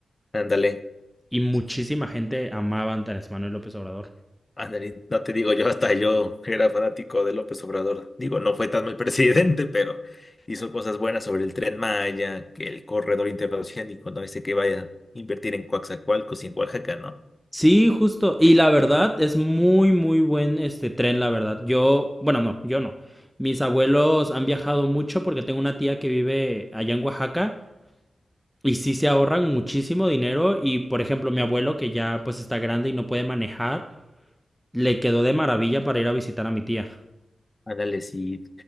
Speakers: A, on the left; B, in the centre.
A: Ándale,
B: y muchísima gente amaba a Andrés Manuel López Obrador.
A: ándale, no te digo yo, hasta yo era fanático de López Obrador. Digo, no fue tan mal <laughs> presidente, pero hizo cosas buenas sobre el Tren Maya, que el corredor interoceánico, no dice que vaya a invertir en Coaxacualcos y en Oaxaca, ¿no?
B: Sí, justo. Y la verdad, es muy, muy buen este tren, la verdad. Yo, bueno, no, yo no. Mis abuelos han viajado mucho porque tengo una tía que vive allá en Oaxaca y sí se ahorran muchísimo dinero. Y, por ejemplo, mi abuelo, que ya pues está grande y no puede manejar, le quedó de maravilla para ir a visitar a mi tía.
A: Ándale, sí,